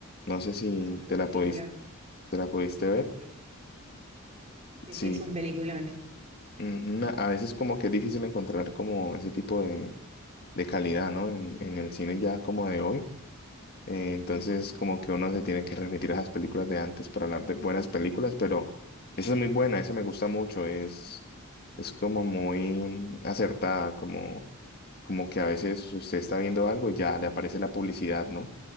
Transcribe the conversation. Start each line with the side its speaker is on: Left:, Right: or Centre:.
Left: No sé si
Right: No, pero
Left: te la
Right: película,
Left: pudiste, te la pudiste ver.
Right: sí, sí,
Left: sí
Right: sí, es un peliculón. eh.
Left: Ujú,
Right: Ujú,
Left: A a veces como que es difícil encontrar como ese tipo de, de calidad, ¿no? En, en el cine ya como de hoy. Eh, entonces
Right: ujú.
Left: como que uno se tiene que remitir a las películas de antes para hablar de buenas películas, pero esa es muy buena, esa me gusta mucho, es, es como muy acertada, como, como que a veces usted está viendo algo y ya le aparece la publicidad, ¿no?